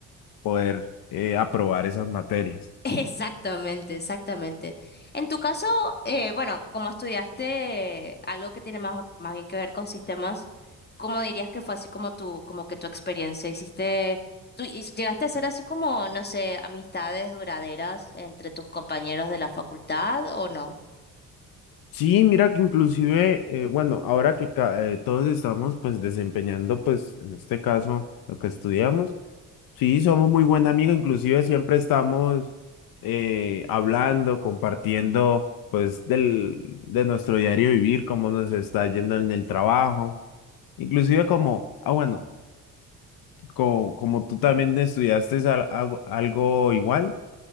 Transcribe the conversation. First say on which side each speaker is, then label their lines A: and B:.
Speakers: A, on the left; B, on the left.
A: poder eh, aprobar esas materias.
B: Exactamente, exactamente. En tu caso, eh, bueno, como estudiaste algo que tiene más, más bien que ver con sistemas, ¿cómo dirías que fue así como tu, como que tu experiencia? ¿Hiciste, tú y- llegaste a hacer así como, no sé, amistades duraderas entre tus compañeros de la facultad o no?
A: Sí, mira que inclusive, eh, bueno, ahora que ca- eh, todos estamos pues desempeñando pues en este caso lo que estudiamos, sí, somos muy buen amigos, inclusive siempre estamos eh, hablando, compartiendo pues del, de nuestro diario vivir, cómo nos está yendo en el trabajo, inclusive como, ah bueno, co- como, tú también estudiaste al- algo, algo igual.